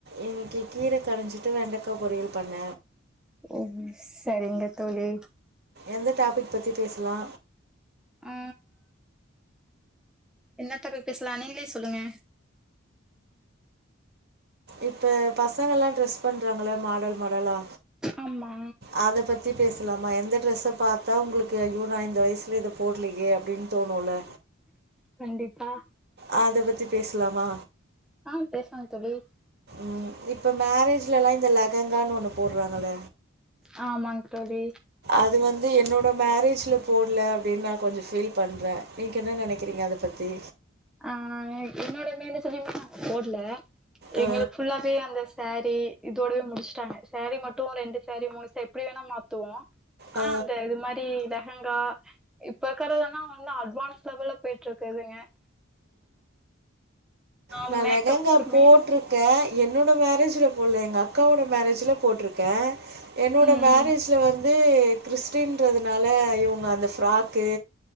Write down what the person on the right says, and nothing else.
இன்னிக்கி கீர கரஞ்சிட்டு வெண்டக்கா பொரியல் பண்ண
எந்த டாபிக் பத்தி பேசுலா
இப்ப பசங்களா ட்ரெஸ் பண்றாங்கல்ல மாடல் மாடலா
அத பத்தி பேசுலாமா எந்த ட்ரெஸ்ஸ பாத்தா உங்ளுக்கு ஐயோ நா இந்த வயஸ்ல இத போட்லியே அப்டின் தோணுல்ல
அத பத் தி பேசுலாமா
ம் இப்ப மேரேஜ்லலா இந்த லக் லகங்கான்னு ஒன்னு போற்றாங்கள
அது வந்து என்னோட மேரேஜ்லப் போட்ல அப்டின் நா கொஞ்சோ ஃபீல் பண்ற நீங்க என்ன நெனக்கிறீங்க அத பத்தி
அ,
அ,
நா
லெகங்கா போட்ருக்க என்னோட மேரேஜ்ல போல்ல எங்க அக்காவோட மேரேஜ்ல போட்ருக்க என்னோட
மேரேஜ்
ல வந்து கிறிஸ்டின்றதுனால இவுங்க அந்த ஃப்ராக்கு